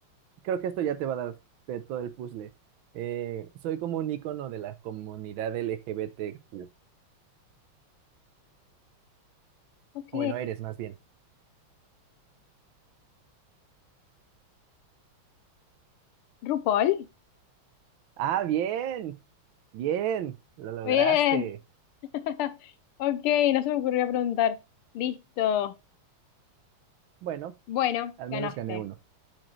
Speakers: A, on the right (about 70°); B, on the left (about 80°).
A: Creo que esto ya te va a dar de todo el puzzle. Eh, soy como un icono de la comunidad LGBTQ.
B: Ok.
A: Bueno, eres más bien.
B: RuPaul.
A: Ah, bien, bien, lo lograste.
B: Bien. <laughs> Ok, no se me ocurrió preguntar. Listo.
A: Bueno,
B: Bueno,
A: al
B: ganaste.
A: menos gané uno.